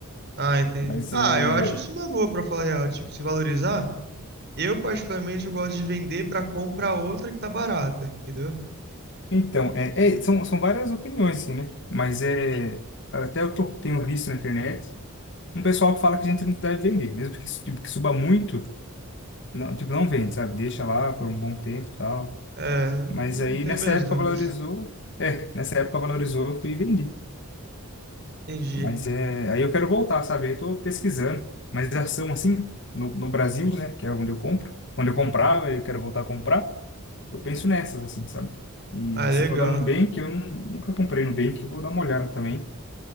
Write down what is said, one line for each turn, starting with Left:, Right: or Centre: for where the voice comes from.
Right: Ah, entendi.
Left: Mas
Right: Ah,
Left: é.
Right: eu acho isso uma boa pra falar a real. Tipo, se valorizar, eu particularmente eu gosto de vender pra comprar outra que tá barata, entendeu?
Left: Então, é, é, são, são várias opiniões, assim, né? Mas é. Até o que eu tenho visto na internet. um pessoal que fala que a gente não deve vender, mesmo que, tipo, que suba muito, não, tipo, não vende, sabe? Deixa lá por um bom tempo e tal.
Right: É, hum,
Left: Mas aí
Right: tenho
Left: nessa
Right: minhas
Left: época
Right: dúvidas.
Left: valorizou, é, nessa época valorizou, eu fui e vendi.
Right: Entendi.
Left: Mas é, aí eu quero voltar, sabe? Eu tô pesquisando, mas ação assim, no, no Brasil, né, que é onde eu compro, onde eu comprava e eu quero voltar a comprar, eu penso nessas, assim, sabe? E
Right: Ah, legal.
Left: se for dar Nubank, eu nun- nunca comprei Nubank, eu vou dar uma olhada também.